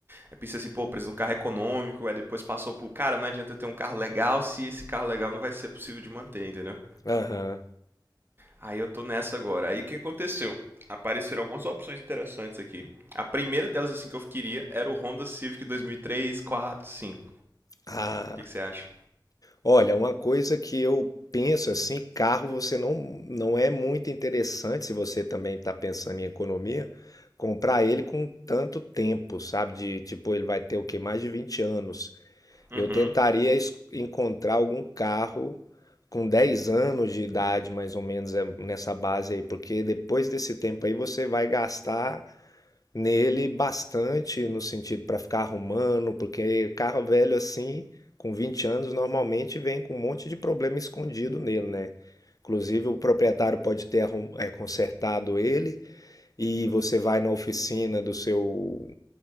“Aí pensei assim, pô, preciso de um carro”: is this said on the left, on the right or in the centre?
Right